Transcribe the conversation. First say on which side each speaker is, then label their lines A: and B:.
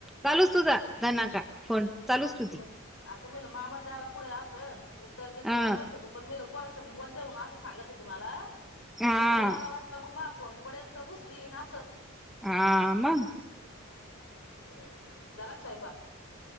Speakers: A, in the centre; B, on the left.
A: चालूचं तुझा दनाका फोन चालूच
B: अं
A: तुझी
B: मग आता मी म्हणलं मामा दारा पुढे असन उत्तर देत
A: अ
B: नयी मला माहित होत. पण मी लोक पोरासंग बोलते म्हून असं सांगत होते मला
A: हा
B: तर मग मला वाट तिला मगं आपुण पडेल ते उसलीन असं.
A: हां मं.
B: हं झाला का स्वैपाक?